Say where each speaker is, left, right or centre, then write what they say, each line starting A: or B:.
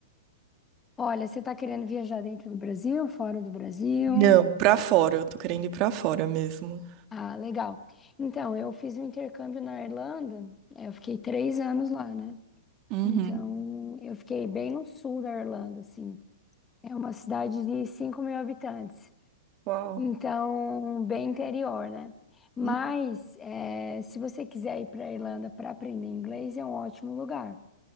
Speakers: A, on the left; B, on the right.
A: Olha, você tá querendo viajar dentro do Brasil, fora do Brasil?
B: Não, pra fora. Eu tô querendo ir pra fora mesmo.
A: Ah, legal. Então, eu fiz um intercâmbio na Irlanda, eh, eu fiquei três anos lá, né?
B: Uhum.
A: Então, eu fiquei bem no sul da Irlanda, assim. É uma cidade de 5 mil habitantes,
B: Uau.
A: então, bem interior, né? Mas,
B: Uhum.
A: eh, se você quiser ir para a Irlanda para aprender inglês, é um ótimo lugar.